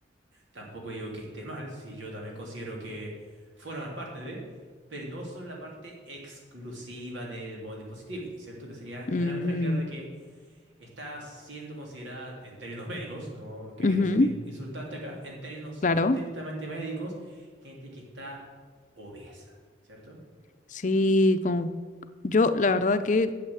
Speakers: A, on the right (about 85°); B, on the left (about 40°).
A: tampoco digo que esté mal, si yo también considero que forman parte de, pero no son la parte exclusiva del body positivity, ¿cierto? Que sería generalmente
B: Mm,
A: la gente que está siendo considerada en términos médicos, no queriendo
B: ujú,
A: ser in- insultante acá, en términos
B: Claro.
A: estrictamente médicos, gente que está obesa, cierto
B: Sí, como yo la verdad que